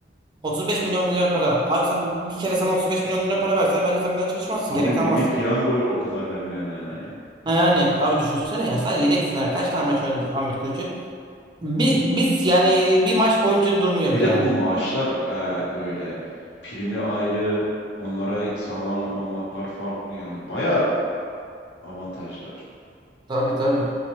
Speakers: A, on the right; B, on the left.
A: 35 milyon lira para. Abi sen bir kere sana 35 milyon lira para verseler bence sen bir daha çalışmazsın. Gerek
B: Abim
A: kalmaz.
B: Milli Piyango o kadar vermiyor hemen hemen ya.
A: Yani abi düşünsene ya sadece yedek sınır. Kaç tane maç oynadı Ahmet Kurucu? Bi- Biz, yani bir maç boyunca durmuyor
B: Bir
A: bile
B: de
A: yani.
B: bu maaşlar e, böyle primi ayrı, onlara sağlanan olanaklar farklı yani bayağı avantajlar.
A: Tabii tabii.